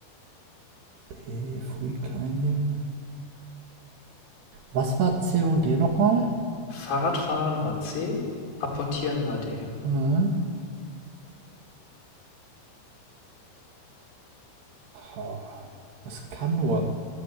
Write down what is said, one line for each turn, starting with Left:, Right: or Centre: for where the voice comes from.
Right: B, Free Climbing. Was war C und D nochmal?
Left: Fahrradfahren war C, Apportieren war D.
Right: Hm? Oh, das kann nur